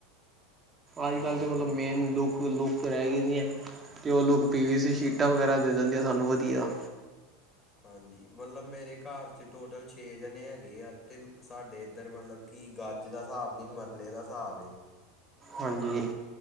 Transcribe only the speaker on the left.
ਠੀਕ
ਹੈ
ਹਾਂਜੀ, ਮਤਲਬ ਮੇਰੇ ਘਰ ਚ ਟੋਟਲ ਛੇ ਜਣੇ ਹੈਗੇ ਆ, ਤੇ ਸਾਡੇ ਇੱਧਰ ਮਤਲਬ ਕਿ ਗਜ ਦਾ ਸਾਬ ਨੀ, ਮਰਲੇ ਦਾ ਸਾਬ ਏ।